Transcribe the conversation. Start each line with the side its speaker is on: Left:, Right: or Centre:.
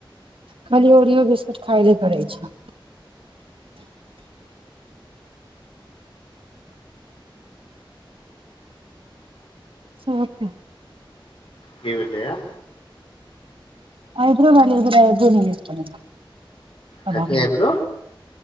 Right: खाली ओरियो बिस्कुट खाायले करै छै साफ है
Left: की भेलैया
Right: आइब्रो वी एक बेर आइब्रो भ नीक बनेलक आ
Left: कथी
Right: नहि
Left: आइब्रो